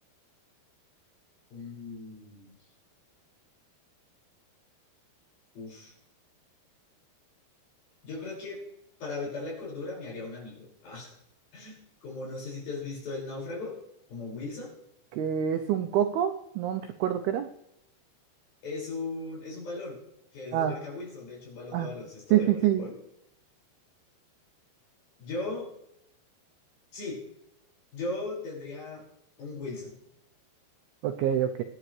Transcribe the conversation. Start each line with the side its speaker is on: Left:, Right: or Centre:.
Left: Mm, uf. Yo creo que para evitar la cordura me haría un amigo. <laughs> Ah, como no sé si te has visto El Náufrago, como Wilson.
Right: que es un coco, no recuerdo qué era.
Left: Es un, es un balón que es
Right: Ah,
Left: de marca Wilson. De hecho, un balón
Right: ah,
Left: de baloncesto,
Right: sí,
Left: de
Right: sí,
Left: voleibol.
Right: sí.
Left: Yo, sí, yo tendría un Wilson.
Right: Ok, ok.